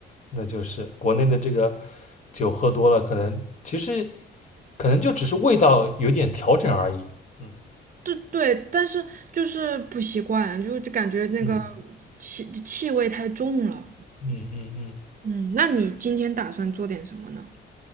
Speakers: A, on the left; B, on the right.
A: 那就是国内的这个酒喝多了，可能其实可能就只是味道有点调整而已。嗯
B: 对对，但是就是不习惯，就就感觉那个
A: 嗯
B: 气气味太重了。
A: 嗯嗯嗯。
B: 嗯，那你今天打算做点什么呢？